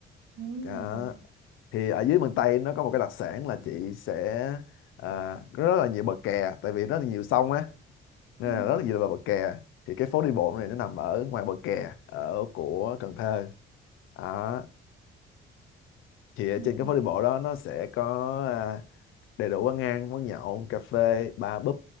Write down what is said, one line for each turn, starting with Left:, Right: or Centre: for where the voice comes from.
Right: ừ
Left: đó. Thì ở dưới miền Tây nó có một cái đặc sản là chị sẽ à, có rất là nhiều bờ kè tại vì rất là nhiều sông á nên
Right: ừ
Left: là rất là nhiều bờ bờ kè thì cái phố đi bộ này nó nằm ở ngoài bờ kè ở của Cần Thơ đó. Thì ở
Right: ừ
Left: trên cái phố đi bộ đó nó sẽ có ờ, đầy đủ quán ăn quán nhậu cà phê bar pub